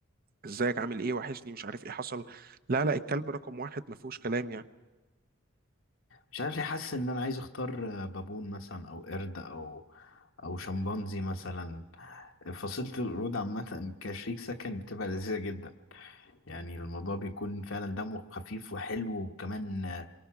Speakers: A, on the right; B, on the left.
A: ازيك عامل ايه وحشني مش عارف ايه حصل لا لا الكلب رقم واحد ما فيهوش كلام يعني
B: مش عارف ليه حاسس ان انا عايز اختار آه، بابون مثلا او قرد او او شمبانزي مثلا فصيلة القرود عامة كشريك سكن بتبقى لذيذة جدا يعني الموضوع بيكون فعلا دمه خفيف وحلو وكمان آه،